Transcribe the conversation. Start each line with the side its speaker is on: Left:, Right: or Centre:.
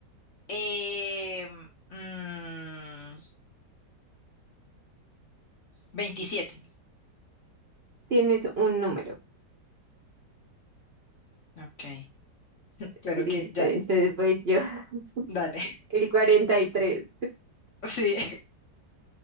Left: Eh, mm, 27.
Right: Tienes un número.
Left: Ok. Claro
Right: Listo,
Left: que ya,
Right: entonces voy yo. <laughs>
Left: dale. <laughs>
Right: El cuarenta y tres
Left: Sí,